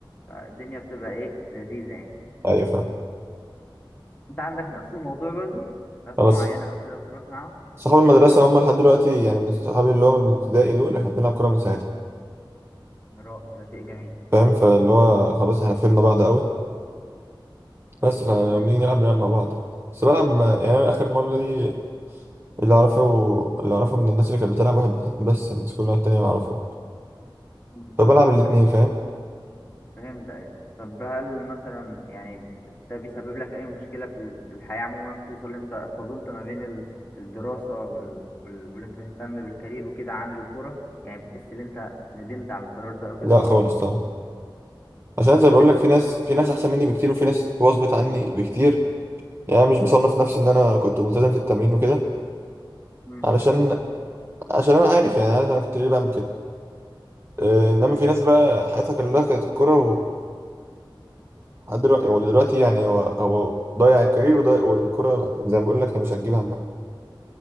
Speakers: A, on the left; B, on the right.
A: فالدنيا بتبقى ايه لذيذة يعني
B: أيوه فاهم
A: انت عندك نفس الموضوع برضو ناس
B: خلاص
A: معينة او كده بتروح معاهم
B: صحاب المدرسة هم لحد دلوقتي يعني من صحابي اللي هو من ابتدائي دول احنا بنلعب كورة من ساعتها
A: رائع ده شيء جميل
B: فاهم فاللي هو خلاص احنا فهمنا بعض قوي بس فلما
A: مم.
B: بنيجي نلعب بنلعب مع بعض بس بلعب مع- يعني أنا آخر مرة دي اللي أعرفه اللي أعرفه من الناس اللي كانت بتلعب واحد بس الناس كلها التانية ما أعرفها
A: مم.
B: فبلعب الاتنين
A: طب و-
B: فاهم
A: فهمت ايه طب هل مثلا يعني ده بيسبب لك اي مشكلة في ال- في الحياة عموما خصوصا ان انت فضلت ما بين ال- الدراسة وال... وال... واللي انت تهتم بالكارير وكده عن الكرة يعني بتحس ان انت ندمت على القرار ده او كده
B: لا خالص طبعا عشان
A: بتحس
B: زي ما بقول لك
A: انت
B: في ناس في ناس أحسن مني بكتير وفي ناس واظبط عني بكتير يعني أنا مش بصنف نفسي إن أنا كنت ملتزم في التمرين وكده
A: مم.
B: علشان عشان أنا عارف يعني عارف أنا كنت ليه بعمل كده آه، إنما في ناس بقى حياتها كلها كانت الكورة لحد دلوقتي هو دلوقتي يعني هو هو ضيع الكارير وضيع والكرة زي ما بقول لك هي مش هتجيب همها